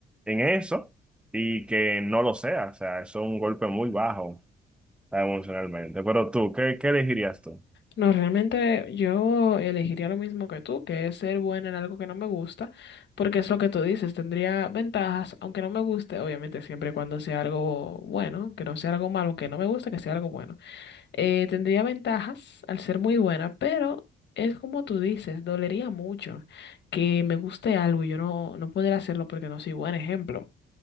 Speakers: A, in the centre; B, on the left (about 60°).
A: en eso y que no lo sea. O sea, eso es un golpe muy bajo ah, emocionalmente. Pero tú, ¿qué, qué elegirías tú?
B: No, realmente yo elegiría lo mismo que tú, que es ser buena en algo que no me gusta, porque es lo que tú dices, tendría ventajas, aunque no me guste, obviamente siempre y cuando sea algo bueno, que no sea algo malo, aunque no me guste, que sea algo bueno. Eh, tendría ventajas al ser muy buena, pero es como tú dices, dolería mucho que me guste algo y yo no, no poder hacerlo porque no soy buen ejemplo.